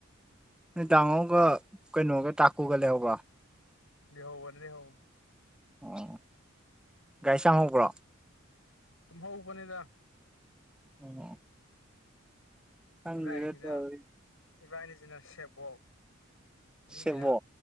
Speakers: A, in the centre; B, on the left.
A: ꯅꫭꯏ ꯗꯥꯡꯉꫭꯒ ꯀꯩꯅꯣꯒ ꯇꯥꯀꯨꯒ ꯂꯩꯍꯧꯕ꯭ꯔꯣ
B: ꯂꯩꯍꯧꯕꯅꯦ ꯂꯩꯍꯧ
A: ꯑ ꯒꯥꯔꯤ ꯆꯥꯝꯍꯧꯕ꯭ꯔꯣ
B: ꯇꯨꯝ ꯍꯧꯕꯅꯤꯗ
A: ꯑꯣ ꯈꯪꯗꯦꯗ
B: ꯏꯕꯥꯅꯤꯁꯤꯅ
A: ꯇꯧꯔꯤꯁꯦ
B: ꯏꯕꯥꯅꯤꯁꯤꯅ ꯁꯦꯕꯣꯛ ꯃꯤꯒꯤꯅ
A: ꯁꯦꯕꯣ